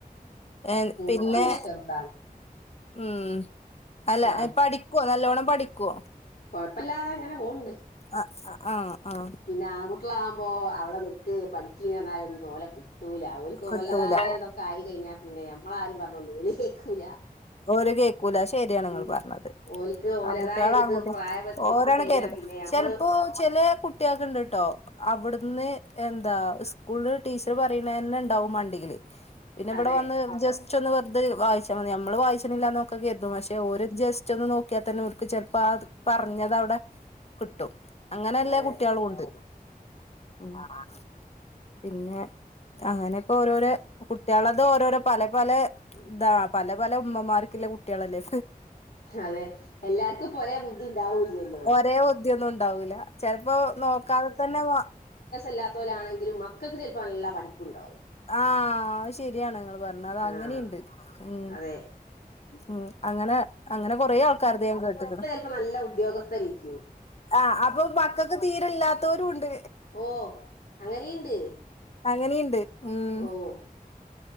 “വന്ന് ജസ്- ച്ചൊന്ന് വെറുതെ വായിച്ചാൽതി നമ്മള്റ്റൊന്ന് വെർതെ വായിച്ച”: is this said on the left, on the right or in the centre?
Left